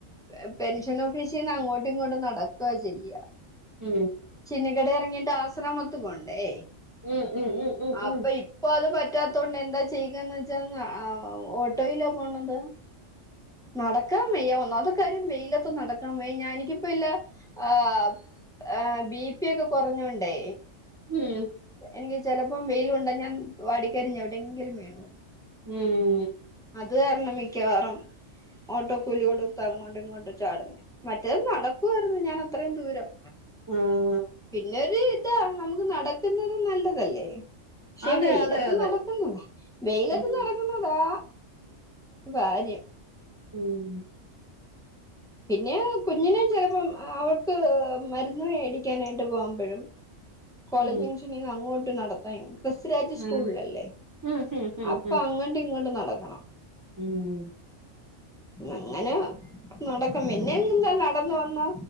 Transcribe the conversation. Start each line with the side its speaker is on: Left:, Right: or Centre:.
Centre: പെ പെൻഷൻ ഓഫീസിന്ന് അങ്ങോട്ടും ഇങ്ങോട്ടും നടക്ക ചെയ്യാ
Right: ഉം
Centre: ചിന്നിക്കടെ ഇറങ്ങിട്ട് ആസ്രാമത്ത് പോണ്ടേ
Right: ഉം ഉം ഉം
Centre: അപ്പൊ
Right: ഉം
Centre: ഇപ്പൊ അത് പ റ്റാത്തോണ്ട് എന്താ ചെയ്യുകന്ന് വെച്ചാന്നാ ഓട്ടോയിലാ പോണത് നടക്കാൻ വയ്യ ഒന്നാമത്തെ കാര്യം വെയിലത്ത് നടക്കാൻ വയ്യ ഞാനക്കെ ഇപ്പല്ല ആ ആ ബി പി ഒക്കെ കുറഞ്ഞോണ്ടേ
Right: ഉം
Centre: എനിക്ക് ചിലപ്പോം വെയില് കൊണ്ട ഞാൻ വാടിക്കരിഞ്ഞു എവിടെയെങ്കിലും വീണോവും
Right: ഉം
Centre: അത് കാരണം മിക്കവാറും ഓട്ടോക്കൂലി കൊടുത്ത് അങ്ങോണ്ടും ഇങ്ങോട്ടും ചാടന്ന് മറ്റേത് നടക്കുവായിരുന്നു ഞാൻ അത്രയും ദൂരം
Right: ആഹ്
Centre: പിന്നെര് ഇതാ നമുക്ക് നടക്കുന്നതും നല്ലതല്ലേ പക്ഷെ
Right: അതെ
Centre: വെയിലത്തും
Right: അതെ അതെ
Centre: നടക്കുന്നു വെയിലത്ത്
Right: ഉം
Centre: നടക്കുന്നതാ കാര്യം
Right: ഉം
Centre: പിന്നേ കുഞ്ഞിന് ചെലപ്പം അവൾക്ക് മര്ന്ന് മേടിക്കാനായിട്ട് പോവുമ്പഴും കോളേജ്
Right: ഉം
Centre: ജംഗ്ഷനീന്ന് അങ്ങോട്ട് നടത്തായിനുക്ക് ഗസ്വരാജ്
Right: ഉം
Centre: സ്കൂള്ലല്ലേ
Right: ഉം ഉം ഉം
Centre: അപ്പൊ
Right: ഉം
Centre: അങ്ങട്ടും ഇങ്ങട്ടും നടക്കണം
Right: ഉം
Centre: അങ്ങനേ നടക്കം പിന്നെ എന്താ നടന്ന് വന്നാ